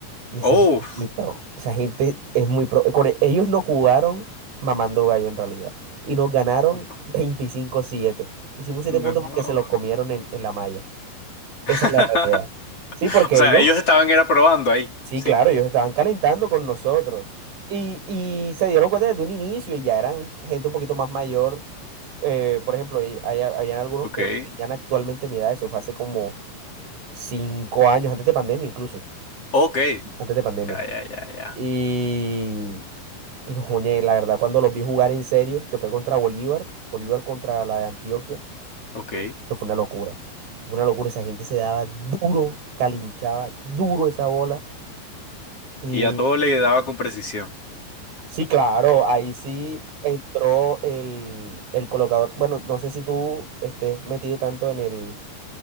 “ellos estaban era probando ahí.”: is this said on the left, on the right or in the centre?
Left